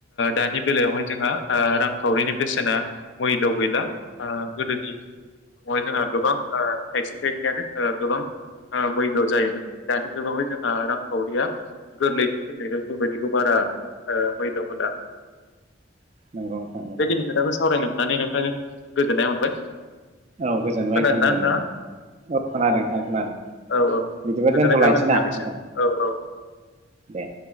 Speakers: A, on the left; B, on the right.
A: दानि बेलायावहाय जोंहा ओ रांखावरिनि बेसेना मैल' गैला ओ गोदोनि समावहाय जोंहा गोबां ओ थायसे थायनैयानो ओ गोबां मैल' जायोमोन दानि जुगावहाय जोंहा रांखावरिया गोरलैयैनो फैनायखाय बेबायदिखौ बारा ओ मैल' होला।
B: नंगौ नोंथां नंगौ
A: बेखिनि खोथाखौ सावरायदों। होननानै नोंथांजों गोजोननाय मोनबाय।
B: औ गोजोनबाय
A: खोनादोंना
B: नोंथां गोजोनबाय
A: नोंथाङा
B: औ खोनादों नोंथां खोनादों
A: औ औ
B: बिदिबा
A: गोजोननाय
B: दोनथ'लायसै
A: थाबाय नोंथांनिसिम
B: ना नोंथां
A: औ औ
B: दे।